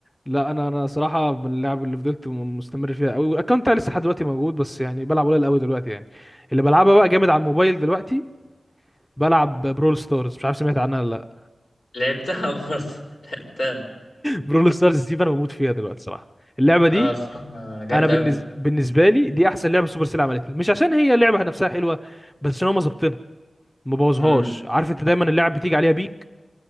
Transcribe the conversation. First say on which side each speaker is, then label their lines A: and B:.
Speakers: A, in the centre; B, on the left.
A: لا انا انا صراحه من اللعب اللي فضلت م- مستمر فيها قوي والاكونت بتاعي لسه لحد دلوقتي موجود بس يعني بلعب قليل قوي دلوقتي يعني اللي بلعبها بقى جامد على الموبايل دلوقتي بلعب برول ستارز مش عارف سمعت عنها ولا لا
B: لعبتها <laughs> برضو لعبتها
A: برول ستارز دي انا بموت فيها دلوقتي صراحه اللعبه دي
B: اه الصراحة جامدة
A: انا بالنز...
B: أوي
A: بالنسبه لي دي احسن لعبه سوبر سيل عملتها مش عشان هي اللعبه نفسها حلوه بس ان هم ظابطينها ما بوظهاش
B: امم
A: عارف انت دايما اللعب بتيجي عليها بيك